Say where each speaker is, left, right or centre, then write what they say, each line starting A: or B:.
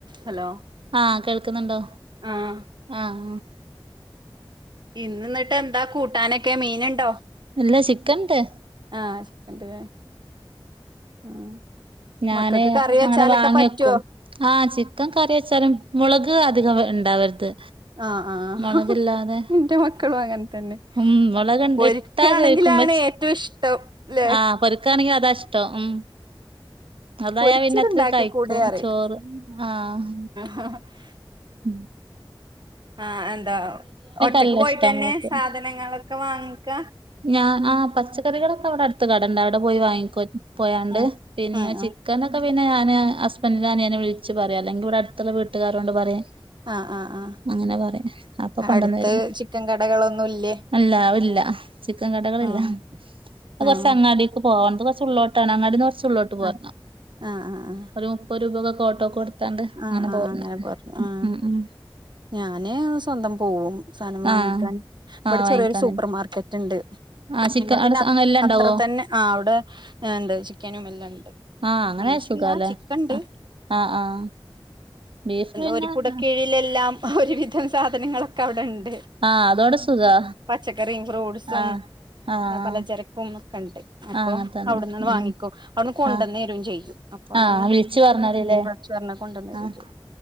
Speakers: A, on the right; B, on the right.
A: Hello
B: ആഹ് കേൾക്കുന്നുണ്ടോ
A: ആഹ്
B: ആഹ് ആ
A: ഇന്ന് ന്ന ട്ട് എന്താ കൂട്ടാനൊക്കെ മീന്ണ്ടോ
B: അല്ലാ ചിക്കൻട്
A: ആഹ് ചിക്കണ്ടല്ലേ ഉം
B: ഞാന്
A: മക്കൾക്ക് കറി വെച്ചാലൊക്കെ
B: അങ്ങനെ വാങ്ങി
A: പറ്റോ?
B: വെക്കും ആഹ് ചിക്കൻ കറി വെച്ചാലും മുളക് അധികം ഉണ്ടാവരുത്
A: ആഹ് ആഹ്
B: മുളകില്ലാതെ
A: ഇന്റെ മക്കളും അങ്ങനെ തന്നെ
B: ഉം മുളക്ണ്ട്
A: പൊരിക്കാണെങ്കിലാണ്
B: ഇട്ടാ ചോദിക്കുമ്പ
A: ഏറ്റവും ഇഷ്ടം ല്ലേ
B: ആഹ് പൊരുക്കാണെങ്കിൽ അതാ ഇഷ്ടം ഉം അതായ
A: പൊരിച്ചത്
B: പിന്നത്തിരി
A: ഇണ്ടാക്കി
B: കഴിക്കും
A: കൂടെ അറിം
B: ചോറ്. ആഹ്
A: <unintelligible>
B: ഉം
A: ആഹ് എന്താ ഒറ്റക്ക്
B: നല്ല
A: പോയിട്ട്
B: ഇഷ്ടാ
A: തന്നെ
B: മോൾക്ക്
A: സാധനങ്ങളൊക്കെ വാങ്ങിക്ക?
B: ഞാൻ ആഹ് പച്ചക്കറികളൊക്കെ അവിടെ അടുത്ത് കടണ്ട്. അവിടെ പോയി വാങ്ങി ക്ക പോയാണ്ട്.
A: ഉം
B: പിന്നെ
A: ഉം ഉം
B: ചിക്കനൊക്കെ പിന്നെ ഞാന് ഹസ്ബൻഡിന്റെ അനിയനെ വിളിച്ച് പറയാ അല്ലെങ്കി ഇവിടെ അടുത്തുള്ള വീട്ടുകാരൊണ്ട് പറയാൻ.
A: ആഹ് ആഹ് ആഹ്
B: അങ്ങനെ പറയാ. അപ്പൊ
A: ആഹ്
B: കൊണ്ടൊന്ന്
A: അടുത്ത്
B: തരും.
A: ചിക്കൻ കടകളൊന്നും ഇല്ലേ?
B: അല്ല ഇല്ല ചിക്കൻ കടകളില്ല.
A: ഉം
B: അത് കൊറച്ച്
A: ഏഹ്
B: അങ്ങാടീക്ക് പോകണം അത് കുറച്ച് ഉള്ളോട്ടാണ്. അങ്ങാടിന്ന് കൊറച്ച് ഉള്ളോട്ട് ട്ട് പോരണം.
A: ആഹ് ആഹ് ആഹ് ആഹ്
B: ഒരു മുപ്പത് രൂപൊക്കെ ഓട്ടോക്ക് കൊടു ത്താണ്ട്
A: ആഹ്
B: അങ്ങനെ
A: ആഹ്
B: പോരണം.
A: പറഞ്ഞു ആഹ്
B: ഉം ഉം
A: ഞാന് സ്വന്തം പോവും സായ്നം വാങ്ങിക്കാൻ.
B: ആഹ്
A: ഇവിടെ
B: ആഹ് വാങ്ങിക്കാന്
A: ചെറിയൊരു സൂപ്പർ മാർക്കറ്റ്ണ്ട്.
B: ആ ചിക്കൻ
A: ഞങ്ങള്
B: അവിടെ
A: പിന്നെ അ
B: അങ്ങനെ എല്ലാം ഉണ്ടാവോ
A: അത്ര തന്നെ ആഹ് അവിടെ എന്ത ചിക്കനും എല്ലാം ഉണ്ട്.
B: ആഹ് അങ്ങനെ
A: ബീഫില്ല
B: സുഖാല്ലേ
A: ചിക്കൻ ഉണ്ട്
B: ആഹ് ആഹ് ബീഫ് പിന്നെ
A: ഒരു കൂട കീഴിലെല്ലാം ഒരുവിധം സാധനങ്ങളൊക്കെ അവിടെണ്ട്.
B: ആഹ് അതോടെ സുഖാ
A: പച്ചക്കറീം ഫ്രൂട്ട്സും
B: ആഹ് ആഹ്
A: പലചരക്കും ഒക്കെണ്ട്. അപ്പം
B: ആഹ് അങ്ങനത്തന്നെ
A: അവിടന്നണ് വാങ്ങിക്കും.
B: ഉം
A: അവിടുന്ന് കൊണ്ടെന്ന്
B: ആഹ്
A: തരോം ചെയ്യും. അപ്പ അങ്ങനെ
B: ആഹ് വിളിച്ചു പറഞ്ഞാലില്ലേ
A: <unintelligible> വിളിച്ച് പറഞ്ഞാ കൊണ്ടെന്ന് തരോം
B: ആഹ്
A: ചെയ്യും.